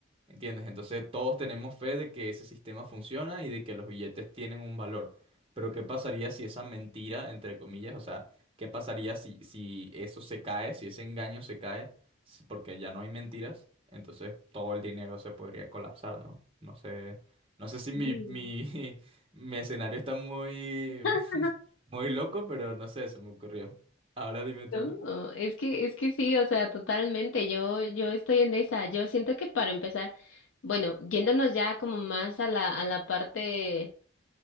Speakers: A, on the right; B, on the left.
A: ¿Entiendes? Entonces todos tenemos fe de que ese sistema funciona y de que los billetes tienen un valor. Pero ¿qué pasaría si esa mentira, entre comillas, o sea, qué pasaría si, si eso se cae, si ese engaño se cae, si- porque ya no hay mentiras? Entonces todo el dinero se podría colapsar, ¿no? No sé, no sé si
B: Sí.
A: mi, mi, <laughs> mi escenario está muy,
B: Ajá.
A: <laughs> muy loco, pero no sé, se me ocurrió. Ahora dime tú.
B: No, es que, es que sí, o sea, totalmente, yo, yo estoy en esa, yo siento que para empezar, bueno, yéndonos ya como más a la, a la parte